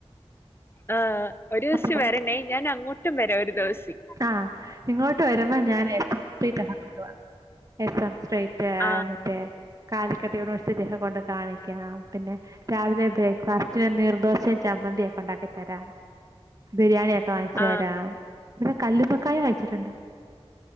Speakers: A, on the left; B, on the right.
A: ആ ഒരു ദിവസം
B: അപ്പ <inaudible>
A: വരണേ ഞാൻ അങ്ങോട്ടും വരാം ഒരു ദിവസി
B: ആഹ് ഇങ്ങോട്ട് വരുമ്പോ ഞാൻ <inaudible> കൊണ്ട് പോവാം എസ് എം സ്ട്രൈറ്റ്
A: ആ
B: മറ്റേ കാലിക്കട് യൂണിവേഴ്സിറ്റി ഒക്കെ കൊണ്ട് കാണിക്കാം പിന്നെ രാവിലെ ബ്രേക്ക് ഫസ്റ്റ നീർദോശയും ചമ്മന്തി ഒക്കെ ഉണ്ടാക്കി തരാം ബിരിയാണിയ ഒക്കെ വാങ്ങിച്ചു
A: ആ
B: തരാം പിന്നെ കല്ലുമക്കായ കഴിച്ചിട്ടുണ്ടോ